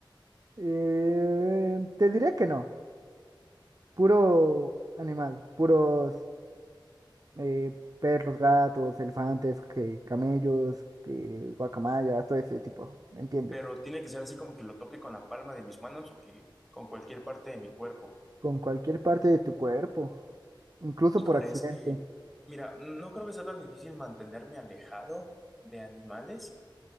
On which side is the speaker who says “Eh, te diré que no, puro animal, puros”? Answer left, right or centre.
Right